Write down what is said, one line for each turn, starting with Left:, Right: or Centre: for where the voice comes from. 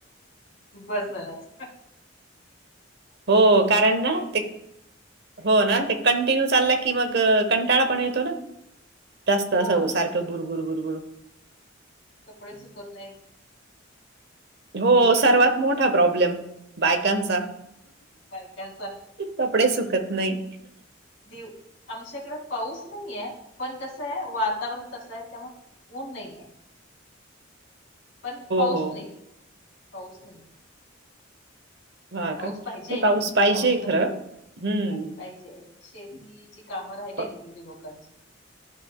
Left: तू बस झालास
Right: हो, कारण ना ते हो ना ते कंटिन्यू चालला की मग कंटाळा पण येतो ना. जास्त
Left: हो
Right: असावं
Left: आणि
Right: सारखं बुरबुरबुरबुर
Left: कपडे सुकत नाहीत.
Right: हो
Left: ते मेन
Right: सर्वात
Left: आहे
Right: मोठा प्रॉब्लेम बायकांचा,
Left: बायकांचा
Right: कपडे सुकत नाही
Left: देव आमच्या इकडे पाऊस नाहीे पण कसं आहे वातावरण तसं आहे त्यामुळे- ऊन नाही आहे.? पण पाऊस
Right: हो.
Left: नाहीे पाऊस नाहीे.
Right: हां
Left: पाऊस
Right: का?
Left: पाहिजे
Right: नाही
Left: एकदा
Right: पाहिजे
Left: पाऊस पाहिजे.
Right: खरं. हं.
Left: शेतीची कामं राहिली
Right: प
Left: इकडंच्या लोकांची.